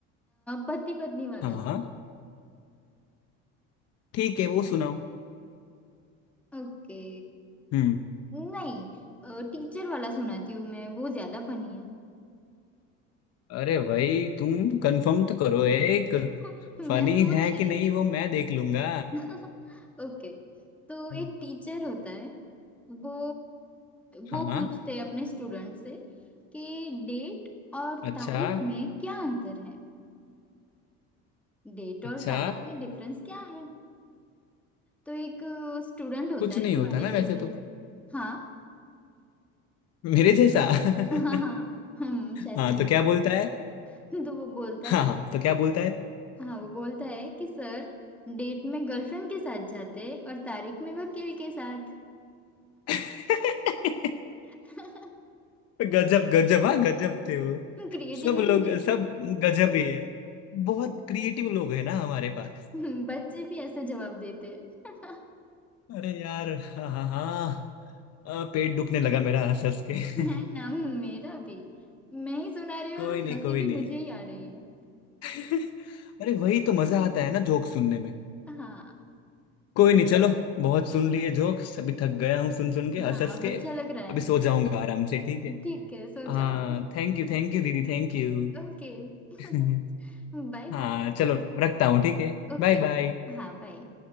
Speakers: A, in the centre; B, on the left (about 55°).
A: पति पत्नी वाला
B: हाँ हाँ ठीक है वो सुनाओ
A: ओके
B: हम्म
A: नहीं टीचर वाला सुनाती हूँ मैं वो ज्यादा फनी है
B: अरे भाई तुम कंफर्म तो करो एक
A: <laughs> मैं
B: फनी
A: सोच
B: है
A: रही
B: कि नहीं
A: थी
B: वो मैं देख लूंगा
A: <laughs> ओके तो
B: हम्म।
A: एक टीचर होता है वो
B: हाँ
A: वो पूछते हैं अपने स्टूडेंट से कि डेट और
B: अच्छा
A: तारीख में क्या अंतर है डेट
B: अच्छा
A: और तारीख में डिफरेंस क्या है तो एक स्टूडेंट होता
B: कुछ
A: है
B: नहीं
A: तुम्हारे
B: होता ना
A: जैसा
B: वैसे तो
A: हाँ
B: मेरे जैसा <laughs>
A: <laughs> हाँ हाँ हाँ, हम शैतानी
B: हाँ तो क्या बोलता है
A: <laughs> तो वो बोलता
B: हाँ
A: है
B: हाँ तो क्या बोलता है
A: हाँ वो बोलता है कि सर डेट में गर्लफ्रेंड के साथ जाते और तारीख में वकील के साथ
B: <laughs>
A: <laughs>
B: गजब गजब हाँ गजब थे वो
A: क्रिएटिविटी
B: सब लोग
A: देख
B: सब
A: रहे हो
B: गजब ही है बहुत क्रिएटिव लोग है ना हमारे पास
A: <laughs> बच्चे भी ऐसे जवाब देते हैं
B: अरे यार हाँ हाँ हाँ अ, पेट दुखने लगा मेरा हंस हंस के
A: <laughs>
B: <laughs>
A: है ना मेरा भी मैं ही सुना रही हूँ
B: कोई
A: और
B: नहीं
A: हंसी
B: कोई
A: भी
B: नहीं
A: मुझे ही आ रही है
B: <laughs> अरे वही तो मजा आता है ना जोक सुनने में
A: हाँ
B: कोई नहीं चलो बहुत सुन लिए जोक्स अभी थक गया हूँ सुन सुन के हंस
A: हाँ
B: हंस
A: अब
B: के
A: अच्छा लग रहा है
B: अभी सो
A: ना
B: जाऊंगा आराम से ठीक है
A: ठीक है सो
B: हाँ
A: जाओ
B: थैंक यू थैंक यू दीदी थैंक यू
A: Okay <laughs>
B: <laughs>
A: Bye
B: हाँ
A: bye
B: चलो रखता हूँ ठीक है
A: Okay
B: Bye bye
A: okay हाँ बाय